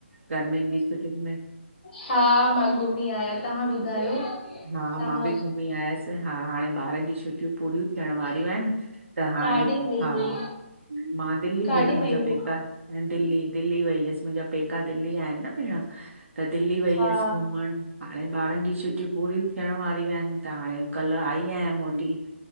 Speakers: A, on the right; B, on the left.
A: गर्मियुन जी छुटियुन में?
B: हा मां घुमी आयां तव्हां ॿुधायो?
A: हा
B: तव्हां
A: मां बि घुमी आयस हा हाणे ॿारन जी छुटियूं पूरियूं थियण वारियूं आहिन। त हाणे
B: काॾे वई
A: हा
B: हुई
A: मां दिल्ली
B: काॾे
A: भेण मुंजा
B: वई हुई
A: पेका। दिल्ली दिल्ली वई हुअस मुंजा पेका दिल्ली आहिन न भेण त दिल्ली वई
B: हा
A: हुयस घुमण हाणे ॿारन जी छ पूरियूं थियण वारियूं हिन त हाणे कल आई आयां मोती।